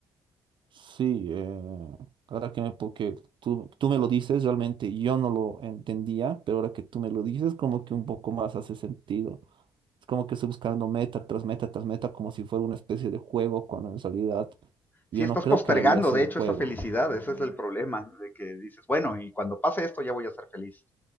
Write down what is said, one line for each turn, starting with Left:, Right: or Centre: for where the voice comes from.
Right: sí, eh, ahora que me, porque tú, tú me lo dices, realmente yo no lo entendía, pero ahora que tú me lo dices, como que un poco más hace sentido. Es como que estoy buscando meta tras meta tras meta, como si fuera una especie de juego, cuando en realidad
Left: Sí,
Right: yo
Left: estás
Right: no creo
Left: postergando,
Right: que la vida sea
Left: de
Right: un
Left: hecho,
Right: juego.
Left: esa felicidad, ese es el problema, de que dices, bueno, y cuando pase esto ya voy a ser feliz.